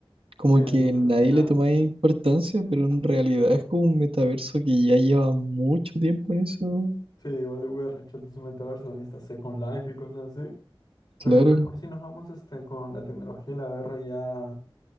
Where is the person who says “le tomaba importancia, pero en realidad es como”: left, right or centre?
Right